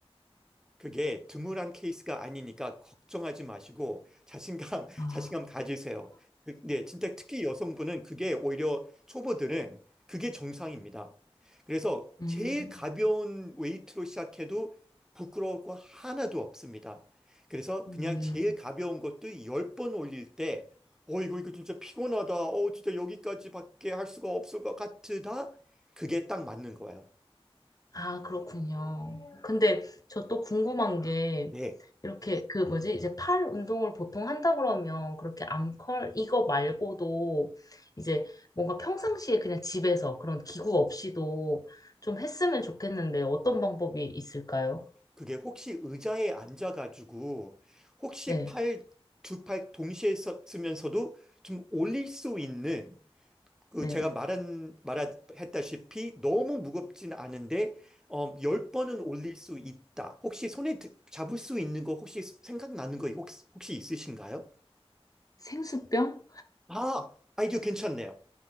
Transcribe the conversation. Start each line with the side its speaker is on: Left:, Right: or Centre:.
Centre: 그게 드물한 케이스가 아니니까 걱정하지 마시고 자신감, <laughs>
Left: 아,
Centre: 자신감 가지세요. 그- 네, 진짜 특히 여성분은 그게 오히려 초보들은 그게 정상입니다. 그래서
Left: 음,
Centre: 제일 가벼운 웨이트로 시작해도 부끄러울 거 하나도 없습니다. 그래서
Left: 네.
Centre: 그냥 제일 가벼운 것도 열 번 올릴 때, 어, 이거, 이거 진짜 피곤하다. 어, 진짜 여기까지밖에 할 수가 없을 것 같으다. 그게 딱 맞는 거예요.
Left: 아, 그렇군요. 근데 저 또 궁금한 게
Centre: 네.
Left: 이렇게 그 뭐지? 이제 팔 운동을 보통 한다 그러면 그렇게 암컬 이거 말고도 이제 뭔가 평상시에 그냥 집에서 그런 기구 없이도 좀 했으면 좋겠는데 어떤 방법이 있을까요?
Centre: 그게 혹시 의자에 앉아가지고 혹시
Left: 네,
Centre: 팔, 두 팔 동시에 써- 쓰면서도 좀 올릴 수 있는 그
Left: 네.
Centre: 제가 말한, 말했다시피 너무 무겁진 않은데 어, 열 번은 올릴 수 있다. 혹시 손에 드- 잡을 수 있는 거 혹시 생각나는 거 혹시, 혹시 있으신가요?
Left: 생수병?
Centre: 아, 아이디어 괜찮네요.